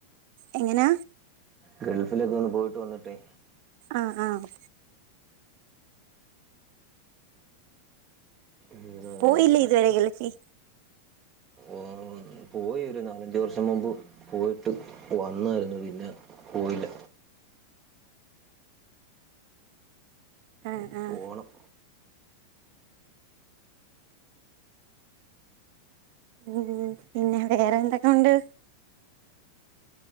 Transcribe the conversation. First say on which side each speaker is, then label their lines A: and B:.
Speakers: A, on the right; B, on the right.
A: എങ്ങനാ
B: ഗൾഫിലൊക്കെ ഒന്ന് പോയിട്ട് വന്നിട്ടേ
A: ആഹ് ആഹ്
B: ഒരു
A: പോയില്ലെ ഇതുവരെ ഗൾഫിൽ
B: ഓഹ് പോയി ഒര് നാലഞ്ച് വർഷം മുമ്പ് പോയിട്ട് വന്നായിരുന്നു പിന്നെ പോയില്ല
A: ആഹ്
B: ഇനി
A: ആഹ്
B: പോണം
A: ഉമ് പിന്നെ വേറെ എന്തൊക്കെ ഉണ്ട്